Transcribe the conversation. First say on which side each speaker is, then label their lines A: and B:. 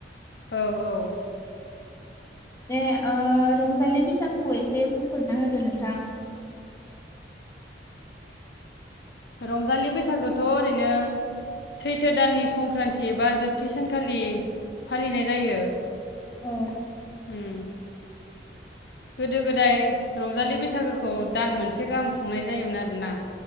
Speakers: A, on the left; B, on the left.
A: औ औ
B: दे ओ रंजालि बैसागुखौ एसे बुंफोरना होदो नोंथां?
A: रंजालि बैसागुथ' ओरैनो सैथो दाननि संक्रान्ति एबा जोबथि सानखालि फालिनाय जायो।
B: औ
A: उम गोदो गोदाय रंजालि बैसागोखौ दान मोनसे गाहाम खुंनाय जायोमोन आरोना